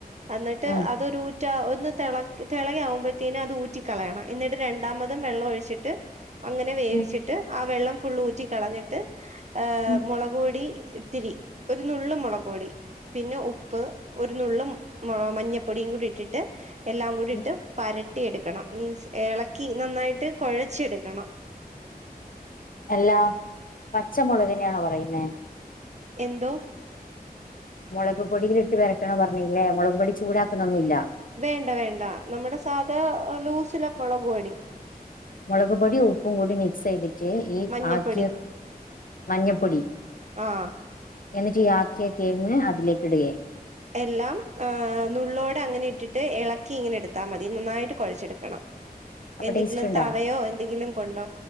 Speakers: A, on the right (about 45°); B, on the left (about 60°).
A: എന്നിട്ട്
B: ഉം
A: അതൊരു ഊറ്റ ഒന്ന് തിള തിളക ആവുമ്പോഴത്തേനും അത് ഊറ്റ കളയണം എന്നിട്ട് രണ്ടാമതും വെള്ളം ഒഴിച്ചിട്ട് അങ്ങനെ വേവിച്ചിട്ട്
B: ഉം
A: ആ വെള്ളം ഫുള്ള് ഊറ്റ കളഞ്ഞിട്ട് ഹ്
B: ഉം
A: മുളകൊടി ഒത്തിരി ഒരു നള്ള് മുളകൊടി പിന്നെ ഉപ്പ് ഉപ്പ് ഒരുനുള്ളും മഞ്ഞപ്പൊടിയും കൂടി ഇട്ടിട്ട് എല്ലാം കൂടി ഇട്ട്
B: ഉം
A: പര ട്ടിയെടുക്കണം മീൻസ് ഇളക്കി നന്നായിട്ട് കുഴച്ചെടുക്കണം.
B: എല്ലാ പച്ചമുളകനെയാണോ പറയുന്നേ.
A: എന്തോ
B: മുളക് പൊടിൽിട്ട് വരട്ടണോ പറഞ്ഞല്ലേ മുളക് പൊടി ചൂടാക്കുന്നൊന്നുമില്ല
A: വേണ്ട വേണ്ട നമ്മുടെ സാധ ലൂസില മുളകപടി
B: മളകപൊടി ഉപ്പും കൂടി മിക്സ ചെയട്ട് ഈ
A: മഞ്ഞപ്പൊടി
B: ആക്കി മഞ്ഞപ്പൊടി
A: ആഹ്
B: എന്നിട്ട് ഈയാക്ക കഴിഞ്ഞ് അതിലേക്ക ഇടുകയേ
A: എല്ലാം ഹ നുള്ളോടെ അങ്ങനെ ഇട്ടിട്ട് ഇളക്കി ഇങ്ങനെ എടുത്താൽ മതി നന്നായിട്ട് കുഴച്ചെടുക്കണം
B: അപ്പൊ
A: എന്തെങ്കിലും
B: ടേസ്റ്റ് ഉണ്ടാ
A: തവയോ എന്തെങ്കിലും കൊണ്ടോ